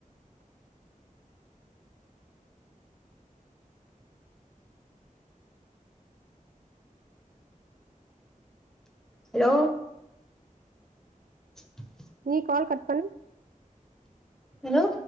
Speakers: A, in the centre; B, on the right.
A: ஹலோ <inaudible>
B: நீ கால் கட் பண்
A: ஹலோ